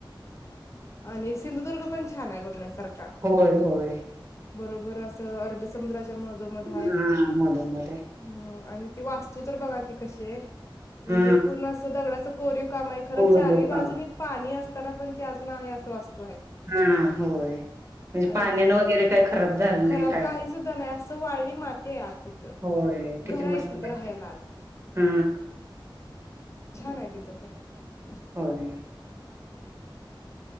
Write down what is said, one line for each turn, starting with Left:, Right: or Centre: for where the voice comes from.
Left: आणि सिंधुदुर्ग पण छान आहे बघण्यासारखं.
Right: होय, होय.
Left: बरोबर असं अरबी समुद्राच्या मधोमध हाय
Right: हा मधम मध्ये
Left: <inaudible> ह. आणि ती वास्तु तर बघा की कशी आहे म्हणजे
Right: हा
Left: पूर्ण अस दगडाच कोरीव काम आहे खरं
Right: कोर
Left: चारही
Right: लोक
Left: बाजूंनी पाणी असताना पण ते अजून आहे असं असत.
Right: हा, होय. म्हणजे
Left: आणि
Right: पाण्यान वगैरे काही खराब झालं
Left: खराब
Right: नाही काय
Left: काही
Right: <inaudible>
Left: सुद्धा नाही असं वाळली माती आहे आत तिथं
Right: होय. बाई किती
Left: घर
Right: मस्त
Left: आहे तिथं
Right: वाटत
Left: राहायला आत
Right: ह.
Left: छान आहे तिथं पण
Right: हो रे